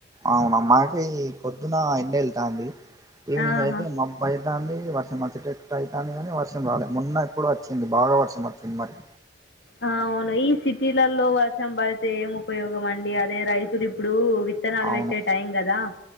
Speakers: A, on the right; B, on the left.
A: అవునా మాకి పొద్దున ఎండ వెళ్తాంది ఈవినింగ్
B: ఆహా
A: అయితే మా బైతంది వర్షం మచ్చటట్టు అవుతుంది కానీ వర్షం రాలేదు మొన్న ఎప్పుడు వచ్చింది బాగా వర్షం వచ్చింది మరి
B: అ అవును ఈ సిటీలలో వర్షం పడితే ఏం ఉపయోగం అండి అదే రైతులు ఇప్పుడు వి విత్తనాలు
A: అవును
B: పెట్టే టైం కదా